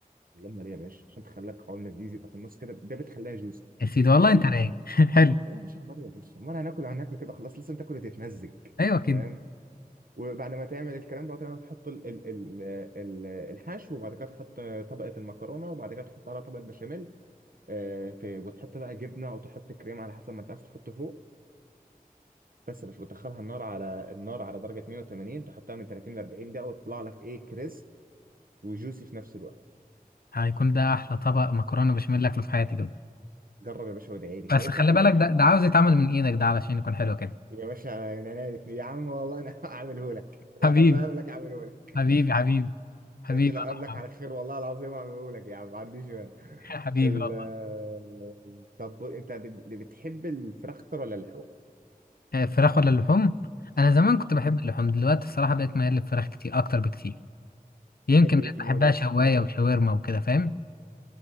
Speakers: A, on the right; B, on the left.
A: اللمه دي يا باشا عشان تخليها قوام لذيذ يبقى في النص كده ده بتخليها جوسي
B: يا سيدي والله
A: حلو
B: انت رايق <laughs> حلو
A: لا يا باشا النار يا باشا امال هناكل هناكل كده خلاص لسه تاكل وتتمزج
B: ايوه كده
A: تمام وبعد ما تعمل الكلام ده طبعاً تحط ال ال ال ال- الحشو وبعد كده تحط طبقه المكرونه وبعد كده تحط عليها طبقه بشاميل آه، ت- وتحط بقى جبنه او تحط كريم على حسب ما انت عايز تحط فوق بس مش وتدخلها النار على النار على درجه 180 تحطها من 30 ل 40 دقيقه وتطلع لك ايه كريسب وجوسي في نفس الوقت
B: هيكون ده احلى طبق مكرونه بشاميل اكله في حياتي كده
A: جرب يا باشا وادعي لي
B: بس
A: طب انت
B: خلي
A: كده
B: بالك
A: انت
B: ده ده عاوز يتعمل من ايدك ده علشان يكون حلو كده
A: يا باشا انا نالت يا عم والله انا <laughs> هعمله لك
B: حبيبي
A: اما اقابلك هعمله لك
B: حبيبي حبيبي حبيبي
A: يا اخي لا
B: والله
A: قابلك على خير والله العظيم هعمله لك يا عم ما عنديش مانع
B: <laughs> حبيبي
A: ال-
B: والله
A: طب انت بت- بتحب الفراخ اكتر ولا اللحوم؟
B: آه، فراخ ولا اللحوم انا زمان كنت بحب اللحوم دلوقتي الصراحه بقيت ميال للفراخ كتير اكتر بكتير يمكن
A: بتحب
B: بقيت
A: ايه في النوع
B: بحبها
A: بقى
B: شوايه
A: في الفراخ؟
B: وشاورما وكده فاهم